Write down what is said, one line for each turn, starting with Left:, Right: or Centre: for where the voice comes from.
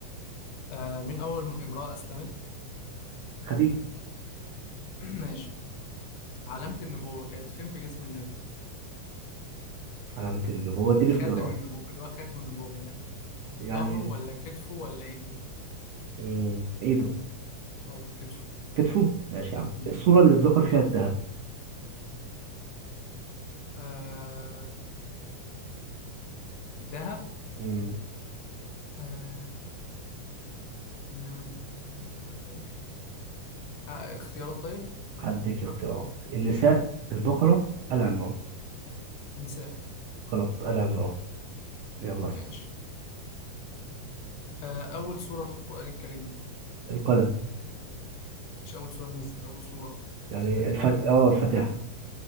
Left: آه مين اول امراه اسلمت
Right: خديجة
Left: <clears throat> ماشي علامه النبوه كانت فين في جسم النبي
Right: علامة النبوة دي
Left: خاتم
Right: الاختيارات
Left: النبوه اللي هو خاتم النبوه يعني
Right: يعني
Left: ظهره ولا كتفه ولا ايده
Right: مم. ايده
Left: غلط كتفه
Right: كتفه ماشي يا عم
Left: امم
Right: الصورة اللي اتذكر فيها الذهب
Left: آه ذهب
Right: مم.
Left: آه انما يكنزون الذهب والفضة. آه اختيارات طيب
Right: هديك اختيارات النساء البقرة آل عمران
Left: نساء
Right: غلط آل عمران يلا اسأل
Left: ماشي آه اول سوره في القران الكريم
Right: القلم
Left: مش اول سوره نزلت اول سوره
Right: يعني
Left: ترتيب
Right: الفت اه الفاتحة